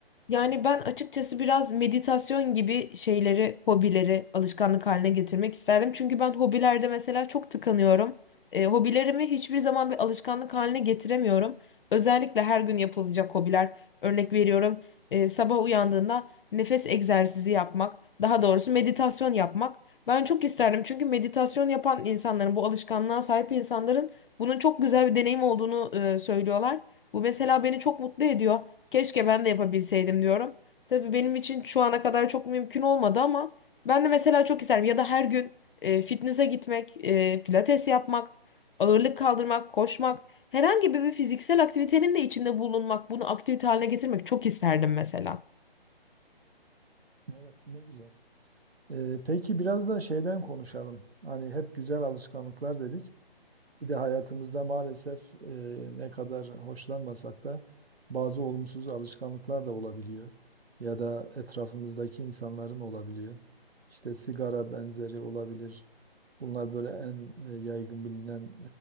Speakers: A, on the left; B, on the right.
A: Yani ben açıkçası biraz meditasyon gibi şeyleri, hobileri alışkanlık haline getirmek isterdim. Çünkü ben hobilerde mesela çok tıkanıyorum. E, hobilerimi hiçbir zaman bir alışkanlık haline getiremiyorum. Özellikle her gün yapılacak hobiler. Örnek veriyorum, e, sabah uyandığında nefes egzersizi yapmak, daha doğrusu meditasyon yapmak. Ben çok isterdim çünkü meditasyon yapan insanların, bu alışkanlığa sahip insanların bunun çok güzel bir deneyim olduğunu e, söylüyorlar. Bu mesela beni çok mutlu ediyor. Keşke ben de yapabilseydim diyorum. Tabii benim için şu ana kadar çok mümkün olmadı ama ben de mesela çok isterim. Ya da her gün e, fitness'e gitmek, e, pilates yapmak, ağırlık kaldırmak, koşmak, herhangi bir fiziksel aktivitenin de içinde bulunmak, bunu aktivite haline getirmek çok isterdim mesela.
B: Evet, ne güzel. Ee, peki biraz da şeyden konuşalım. Hani hep güzel alışkanlıklar dedik. Bir de hayatımızda maalesef e, ne kadar hoşlanmasak da bazı olumsuz alışkanlıklar da olabiliyor. Ya da etrafımızdaki insanların olabiliyor. İşte sigara benzeri olabilir. Bunlar böyle en e, yaygın bilinen